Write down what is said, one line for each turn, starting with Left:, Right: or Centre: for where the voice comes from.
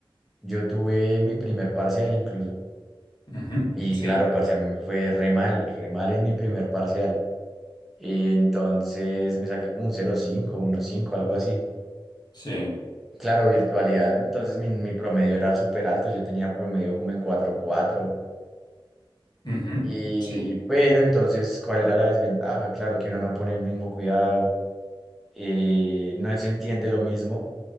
Centre: Yo tuve mi primer parcial incluso.
Left: Ujú.
Centre: Y
Left: Sí.
Centre: claro, parce, a mí me fue re mal, re mal en mi primer parcial. Y entonces me saqué como un 0.5, cinco algo así.
Left: Sí.
Centre: Claro, virtualidad. Entonces mi, mi promedio era súper alto. Yo tenía promedio como en cuatro coma cuatro
Left: Ujú.
Centre: Y,
Left: Sí.
Centre: pero entonces, ¿cuál era la desventaja? Claro que uno no pone el mismo cuidado, eh, no se entiende lo mismo.